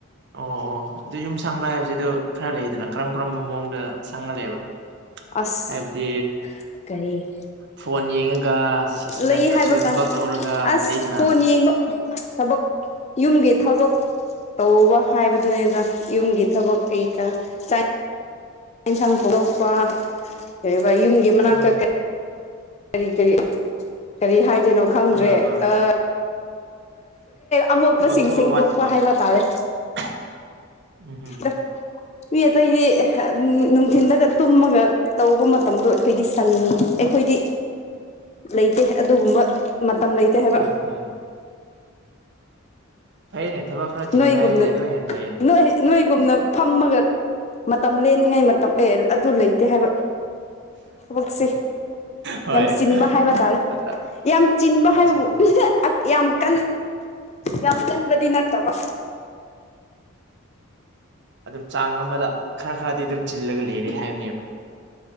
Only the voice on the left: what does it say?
ꯑꯁ
ꯀꯔꯤ
ꯂꯩ
ꯍꯥꯏꯕꯀ
ꯇꯥꯏ ꯑꯁ
ꯐꯣꯟ ꯌꯦꯡꯕ ꯊꯕꯛ ꯌꯨꯝꯒꯤ ꯊꯕꯛ ꯇꯧꯕ ꯍꯥꯏꯕꯗꯨꯅꯤꯗꯅ ꯌꯨꯝꯒꯤ ꯊꯕꯛ ꯀꯩꯀꯥ ꯆꯥꯛ ꯌꯦꯟꯁꯥꯡ <unintelligible> ꯀꯩꯑꯕ ꯌꯨꯝꯒꯤ ꯃꯅꯥꯛꯇ
ꯀꯩ ꯀꯔꯤ ꯀꯔꯤ ꯀꯔꯤ ꯍꯥꯏꯗꯣꯏꯅꯣ ꯈꯪꯗ꯭ꯔꯦ
ꯑꯥ ꯑꯃꯣꯠꯄꯁꯤꯡ
ꯁꯦꯡꯗꯣꯛꯄ
ꯍꯥꯏꯕ ꯇꯥꯔꯦ꯫
ꯑ ꯃꯤ ꯑꯇꯩꯗꯤ ꯅꯨꯡꯊꯤꯟꯜꯗꯒ ꯇꯨꯝꯃꯒ ꯇꯧꯕ ꯃꯇꯝꯗꯣ ꯑꯩꯈꯣꯏꯗꯤ ꯁꯪꯉꯤ ꯑꯩꯈꯣꯏꯗꯤ
ꯂꯩꯇꯦ ꯑꯗꯨꯒꯨꯝꯕ ꯃꯇꯝ ꯂꯩꯇꯦ ꯍꯥꯏꯕ꯫
ꯅꯣꯏꯒꯨꯝꯅ
ꯅꯣꯏ ꯅꯣꯏꯒꯨꯝꯅ ꯐꯝꯃꯒ ꯃꯇꯝ ꯂꯦꯟꯅꯤꯉꯥꯏ ꯃꯇꯝ ꯑꯦ ꯑꯗꯨ ꯂꯩꯇꯦ ꯍꯥꯏꯕ꯫ ꯊꯕꯛꯁꯤ
ꯌꯥꯝ ꯆꯤꯟꯕ ꯍꯥꯏꯕ ꯇꯥꯏ
ꯌꯥꯝ ꯆꯤꯟꯕ
ꯍꯥꯏꯕꯕꯨ ꯌꯥꯝ ꯀꯟ ꯌꯥꯝ ꯀꯟꯕꯗꯤ ꯅꯠꯇꯕ